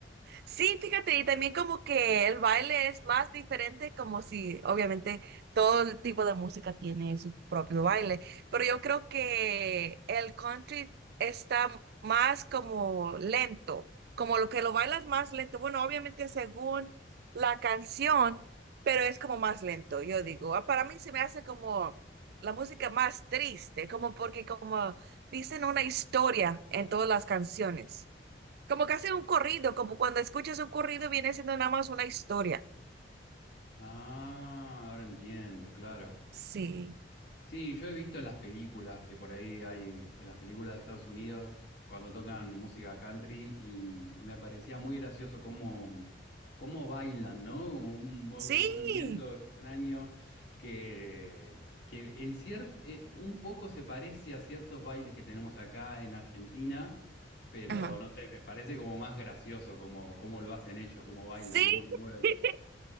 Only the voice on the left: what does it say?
Ah, ahora entiendo, claro.
Sí, yo he visto en las películas que por ahí hay, en las películas de Estados Unidos, cuando tocan música country, y me parecía muy gracioso cómo, cómo bailan, ¿no? Como un mo-
movimiento extraño que, que en ciert, eh, un poco se parece a ciertos bailes que tenemos acá en Argentina, pero
no sé, me parece como más gracioso cómo, cómo lo hacen ellos, cómo bailan,
cómo se mueven.